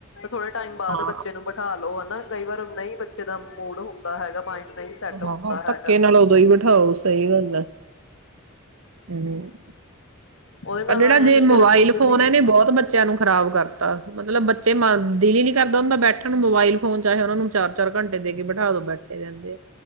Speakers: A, on the left; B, on the right.
A: ਥੋੜੇ ਟਾਈਮ ਬਾਅਦ
B: ਹਾਂ
A: ਬੱਚੇ ਨੂੰ ਬਿਠਾ ਲੋ ਹਨਾ। ਕਈ ਵਾਰ ਨਹੀਂ ਬੱਚੇ ਦਾ ਮੂਡ ਹੁੰਦਾ ਹੈਗਾ ਮਾਇੰਡ ਨਹੀਂ ਸੈੱਟ
B: ਹਾਂ
A: ਹੁੰਦਾ
B: ਹਾਂ ਧੱਕੇ
A: ਹੈਗਾ।
B: ਨਾਲ ਉਦੋਂ ਵੀ ਹ ਸਹੀ ਗੱਲ ਆ ਹਮ,
A: ਉਹਦੇ ਨਾਲ
B: ਪਰ ਜਿਹੜਾ
A: ਆਏ ਆ
B: ਜੇ
A: ਵੀ ਫੇਰ
B: ਮੋਬਾਇਲ
A: ਖੁਦ
B: ਫੋਨ
A: ਵੀ
B: ਨੇ ਬਹੁਤ ਬੱਚਿਆਂ ਨੂੰ ਖ਼ਰਾਬ ਕਰਤਾ ਮਤਲਬ ਬੱਚੇ ਮ ਦਿਲ ਹੀ ਨੀ ਕਰਦਾ ਉਹਦਾ ਬੈਠਣ ਨੂੰ ਮੋਬਾਇਲ ਫੋਨ ਚਾਹੇ ਉਹ ਨੂੰ ਚਾਰ ਚਾਰ ਘੰਟੇ ਦੇ ਕੇ ਬਿਠਾ ਦੋ ਬੈਠੇ ਰਹਿੰਦੇ ਆ